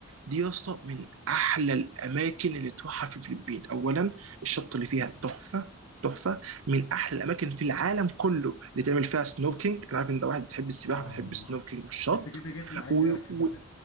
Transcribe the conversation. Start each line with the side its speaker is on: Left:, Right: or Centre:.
Right: دي يا اسطى من احلى الاماكن اللي تروحها في الفلبين اولا الشط اللي فيها تحفه تحفه من احلى الاماكن في العالم كله اللي تعمل فيها سنوركينج انا عارف ان ده واحد بتحب السباحه
Left: اه
Right: وبتحب السنوركينج والشط
Left: انت كده جيت لي على
Right: و...
Left: الجرح
Right: و...
Left: بقى